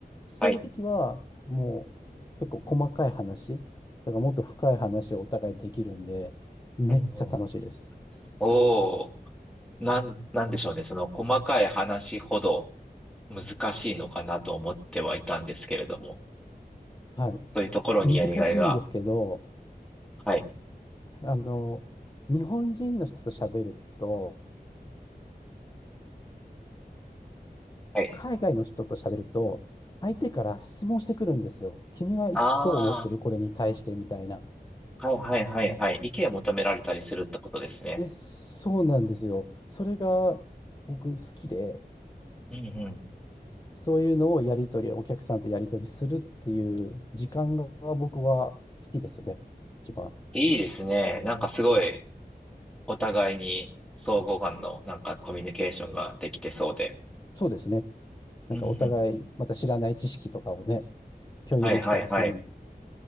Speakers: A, on the left; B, in the centre.
A: そういう時はもう結構細かい話、
B: はい。
A: だからもっと深い話をお互いできるんで、めっちゃ楽しいです。
B: うんうんうんうんへえはいうんうんおお。なん、なんでしょうね。その細かい話ほど難しいのかなと思ってはいたんですけれども、
A: はい。
B: そういうところにやりがいが。
A: 難しいんですけど、
B: はい。
A: あの、日本人の人と喋ると、
B: はい。
A: 海外の人と喋ると、相手から質問してくるんですよ。君はどう思ってるこれに対してみたいな。
B: ああ、はいはいはいはい。意見を求められたりするってことですね。
A: え、そうなんですよ。それが僕好きで、
B: うんうん。
A: そういうのをやり取り、お客さんとやり取りするっていう時間が僕は好きですね。一番。
B: いいですね。なんかすごいお互いに相互間のなんかコミュニケーションができてそうで。
A: そうですね。
B: うんうんうん。
A: なんかお互いまた知らない知識とかをね、共有できたりするんで。
B: はいはいはい。